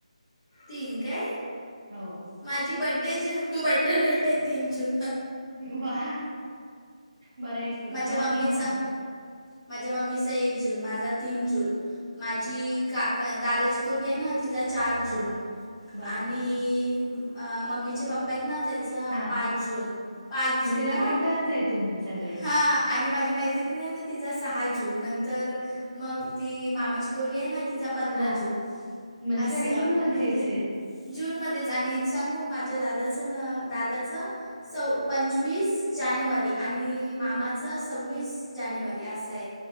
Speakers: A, in the centre; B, on the right.
A: तीन काय?
B: हो.
A: माझी बड्डे ज बड्डे डेट आहे तीन जून
B: वाह! बरं आहे की.
A: माझ्या
B: मला
A: मम्मीचा
B: आहे.
A: माझ्या मम्मीचा एक जून माझा तीन जून माझी काका दादाची पोरगी आहे ना तिचा चार
B: हां.
A: जून
B: बापरे!
A: आणि मम्मीचे पप्पा आहेत ना त्या तेनचा
B: हां,
A: पाच जून पाच
B: म्हणजे
A: जून
B: लगातारच
A: ह
B: आहे तुम्ही सगळे.
A: हा. आणि माझी मैत्रिणी आहे ना तिचा सहा जून नंतर मग ती मामाची पोरगी आहे ना तिचा पंधरा
B: हां,
A: जून
B: म्हणजे
A: असं
B: सगळे जूनमध्येच
A: म्हणजे
B: आहे.
A: जूनमध्येंचं आणि सांगू माझ्यां दादाचं नं दादाचं सव पंचवीस जानेवारी आणि मामाचं सव्वीस जानेवारी असं आहे.